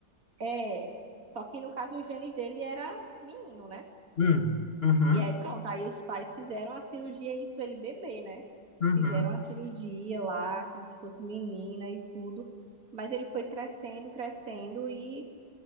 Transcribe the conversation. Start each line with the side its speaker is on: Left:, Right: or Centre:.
Right: É, só que no caso os genes dele era menino, né?
Left: Hum. Uhum.
Right: E aí pronto, aí os pais fizeram a cirurgia, isso ele bebê, né?
Left: Uhum.
Right: Fizeram a cirurgia lá, como se fosse menina e tudo. Mas ele foi crescendo, crescendo e,